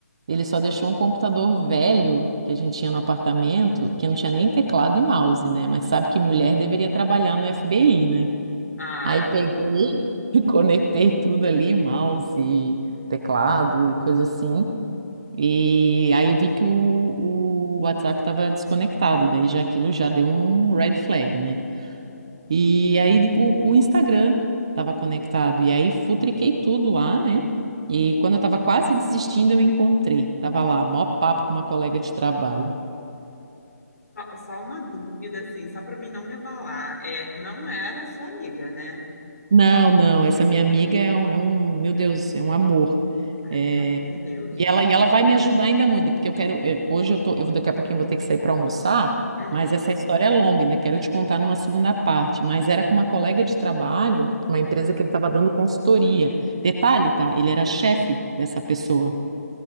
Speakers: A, on the right; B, on the left.
A: ele só deixou um computador velho que a gente tinha no apartamento, que não tinha nem teclado e mouse, né? Mas sabe que mulher deveria trabalhar no FBI, né?
B: Ah,
A: Aí peguei, <laughs> conectei tudo ali, mouse, teclado e coisa assim, E aí eu vi que o, o WhatsApp estava desconectado, daí já aquilo já deu um red flag, né? E aí o, o Instagram estava conectado, e aí futriquei tudo lá, né? E quando eu estava quase desistindo, eu encontrei. Tava lá, mó papo com uma colega de trabalho.
B: só, só uma dúvida, assim, só para mim não me abalar. É, não era sua amiga, né?
A: Não, não, essa minha amiga é um, é um- meu Deus, é um amor.
B: Ai,
A: É,
B: graças a Deus.
A: e ela, e ela vai me ajudar ainda muito, porque eu quero, eh, hoje eu tô, eu vou- daqui a pouquinho eu vou ter que sair para almoçar,
B: Uhum.
A: mas essa
B: <gasps>
A: história é longa, ainda quero te contar numa segunda parte, mas era com uma colega de trabalho, uma empresa que ele estava dando consultoria. Detalhe, tá? Ele era chefe dessa pessoa.